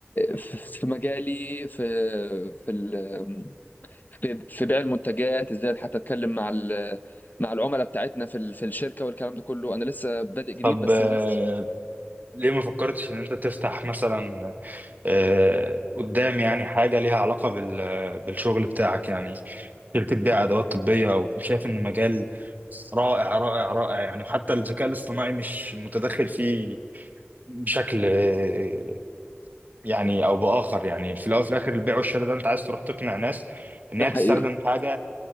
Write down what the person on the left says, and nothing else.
في في مجالي في في ال... في في بيع المنتجات ازاي حتى اتكلم مع ال- مع العملاء بتاعتنا في ال- في الشركه والكلام ده كله انا لسه بادئ جديد
بس
الناس
ده
حقيقي